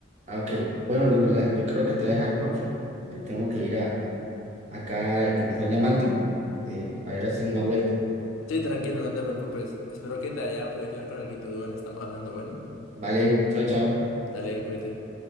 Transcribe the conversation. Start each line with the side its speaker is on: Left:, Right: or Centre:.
Right: Ah, ok. Bueno, Nicolás, yo creo que te voy a dejar porque me tengo que ir a acá, que me están llamando, eh, para ir a hacer una vuelta.
Left: Sí, tranquilo, no te preocupes. Espero que te haya podido ayudar con algo, Duan, estamos hablando, bueno.
Right: Vale, chao, chao.
Left: Dale, cuídate.